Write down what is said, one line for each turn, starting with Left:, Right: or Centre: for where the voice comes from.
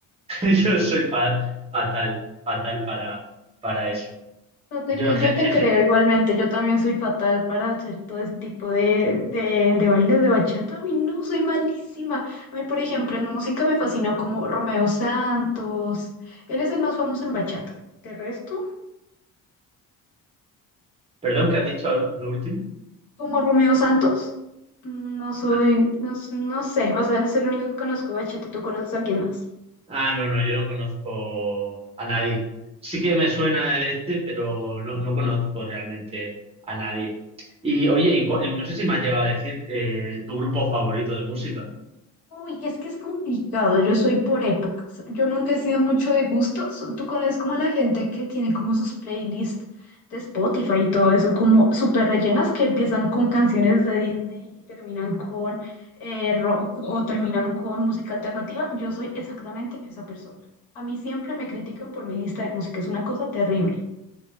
Right: <laughs> Yo soy fa- fatal, fatal para, para eso.
Left: No te
Right: Yo,
Left: cre-
Right: en ge-
Left: yo te
Right: en
Left: creo
Right: ge-
Left: igualmente, yo también soy fatal para hacer todo ese tipo de, de, de bailes de bachata. A mí no, soy malísima. A mí, por ejemplo, en música me fascinó como Romeo Santos. Él es el más famoso en bachata. De resto,
Right: perdón, ¿qué has dicho al- lo último?
Left: como Romeo Santos, no soy,
Right: Ah,
Left: no, s- no sé, o sea, es el único que conozco de bachata. ¿Tú conoces a alguien más?
Right: ah, no, no, yo no conozco a nadie. Sí que me suena este, pero no, no conozco realmente a nadie. Y oye, y cua- y no sé si me has llegado a decir eh, tu grupo favorito de música.
Left: Uy, es que es complicado, yo soy por épocas, yo nunca he sido mucho de gustos, tú conoces como la gente que tiene como sus playlists de Spotify y todo eso, como súper rellenas que empiezan con canciones de Disney y terminan con eh, rock o terminan con música alternativa, yo soy exactamente esa persona. A mí siempre me critican por mi lista de música, es una cosa terrible.